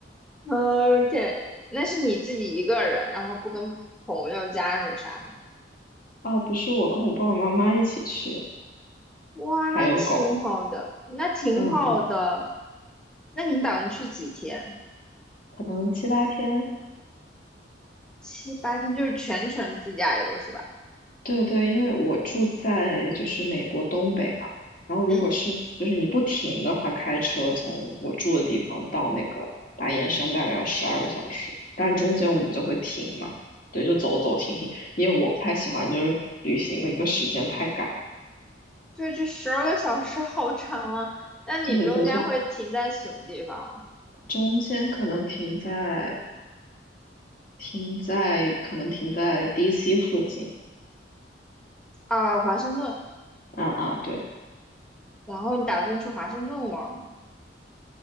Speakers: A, in the centre; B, on the left (about 50°).
A: ，OK，那是你自己一个人，然后不跟朋友、家人啥的吗？
B: 啊。不是我跟我爸爸妈妈一起去，
A: 哇，
B: 还有狗。
A: 那挺好的，那挺好的。
B: 嗯嗯，
A: 那你们打算去几天？
B: 可能七八天
A: 七八天，就是全程自驾游是吧？
B: 对对，因为我住在就是美国东北嘛，然后如果是就是你不停的话，
A: 嗯，
B: 开车从我住的地方到那个大雁山大概要十二个小时，但中间我们就会停嘛，对，就走走停停，因为我不太喜欢就是旅行那个时间太赶，
A: 对，这十二个小时好长啊。那你中间会停在什么地方啊？
B: 对对对，就中间可能停在停在可能停在 DC 附近，
A: 啊华盛顿。
B: 啊啊，对。
A: 然后你打算去华盛顿玩吗？